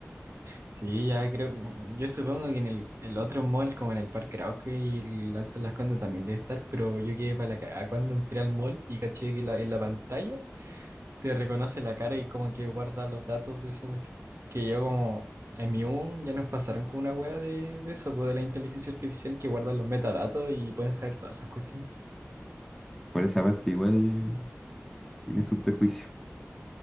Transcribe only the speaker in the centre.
Por esa parte igual eh, tiene sus prejuicios.